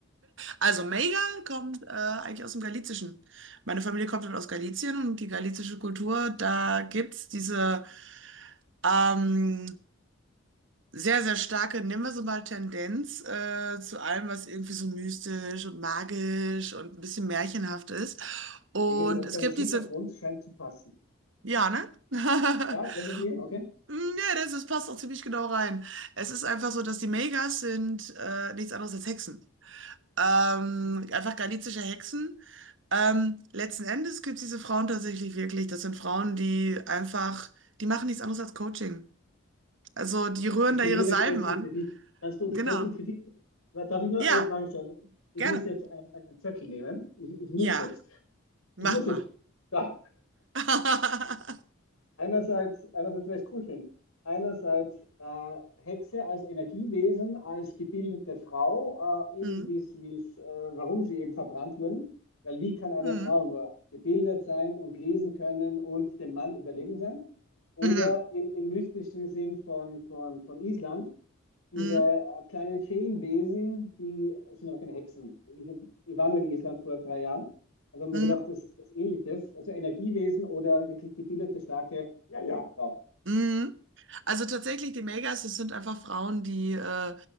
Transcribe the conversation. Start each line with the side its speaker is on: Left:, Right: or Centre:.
Right: Also Mega kommt äh, eigentlich aus dem Galizischen. Meine Familie kommt dann aus Galizien und die galizische Kultur, da gibt's diese ähm, sehr, sehr starke, nennen wir sie mal, Tendenz äh, zu allem, was irgendwie so mystisch und magisch und ein bisschen märchenhaft ist. Und
Left: Irgendwie ob
Right: es
Left: deines
Right: gibt
Left: Hintergrunds
Right: diese,
Left: scheint zu passen.
Right: ja, ne? <laughs>
Left: Ja, irgendwie, okay.
Right: Hm, Ja, das, das passt auch ziemlich genau rein. Es ist einfach so, dass die Megas sind äh, nichts anderes als Hexen. Ähm,
Left: Mhm.
Right: einfach galizische Hexen. Ähm, letzten Endes gibt es diese Frauen tatsächlich wirklich. Das sind Frauen, die einfach, die machen nichts anderes als Coaching. Also die rühren
Left: Definiere
Right: da ihre Salben
Left: Coaching
Right: an.
Left: für dich. Kannst du
Right: Genau.
Left: Coaching für dich? Wa- Darf ich nur
Right: Ja,
Left: eine Frage stellen? Ich
Right: gerne.
Left: muss jetzt ein- einen Zettel nehmen. Ich, ich muss
Right: Ja,
Left: jetzt.
Right: mach
Left: Ich muss
Right: mal.
Left: jetzt. Da.
Right: <laughs>
Left: einerseits, einerseits, weil ich es cool finde, einerseits äh, Hexe als Energiewesen, als gebildete Frau, äh,
Right: Mhm.
Left: eben wie es, wie es, äh, warum sie eben verbrannt wurden. Weil wie kann eine
Right: Mhm.
Left: Frau nur gebildet sein und lesen können und dem Mann überlegen sein? Oder
Right: Mhm.
Left: im, im mystischen Sinn von, von, von Island, diese
Right: Mhm.
Left: äh, kleinen Feenwesen, die es sind aber keine Hexen. Ich, ich war nur in Island vor drei Jahren und habe
Right: Mhm.
Left: mir gedacht, das ist was Ähnliches. Also Energiewesen oder wirklich gebildete, starke, ja, ja, Frau.
Right: Mhm. Also tatsächlich, die Megas, das sind einfach Frauen, die, äh,